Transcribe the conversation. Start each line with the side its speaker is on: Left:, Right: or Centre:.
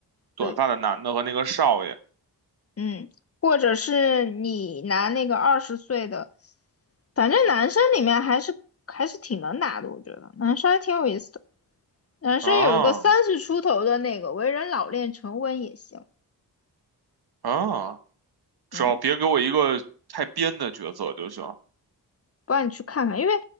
Right: 短发的男的和那个少爷，
Left: 对，嗯，或者是你拿那个二十岁的，反正男生里面还是还是挺能拿的，我觉得男生还挺有意思的。男生有一个三十出头的那个为人老练沉稳也行，
Right: 啊啊，
Left: 嗯，
Right: 只要别给我一个太编的角色就行。
Left: 不然你去看看，因为